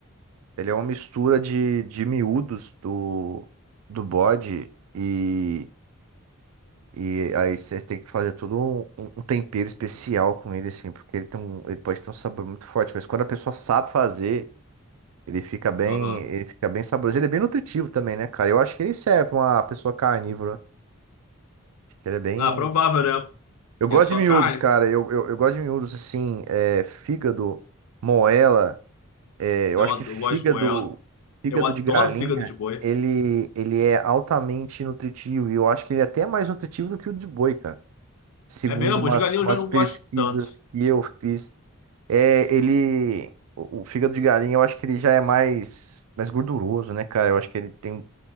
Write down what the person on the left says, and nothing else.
aham.
Ah, provável, né?
Porque
é só
carne.
Eu,
ado-
eu gosto de moela.
Eu adoro
fígado de boi.
É mesmo,
de galinha
eu já não
gosto tanto.